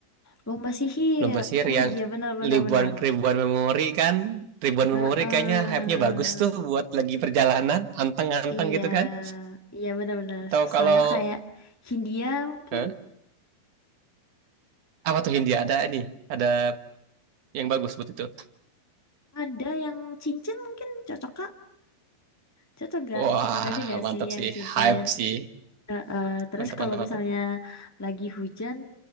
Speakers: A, on the left; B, on the right.
A: Lomba sihir.
B: lomba sihir
A: Oh
B: yang
A: iya benar
B: ribuan
A: benar benar.
B: ribuan memori kan ribuan
A: Heeh.
B: memori kayaknya hype-nya bagus tuh buat lagi perjalanan anteng-anteng
A: Iya,
B: gitu kan
A: iya benar-benar
B: atau kalau
A: sama kayak Hindia mungkin
B: eh, apa tuh Hindia ada nih ada yang bagus buat itu
A: ada yang cincin mungkin cocok kak, cocok gak?
B: wah
A: Cocok aja gak
B: mantap
A: sih yang
B: sih
A: cincin?
B: hype sih
A: Heeh, Terus
B: mantap
A: kalau
B: mantap mantap
A: misalnya lagi hujan,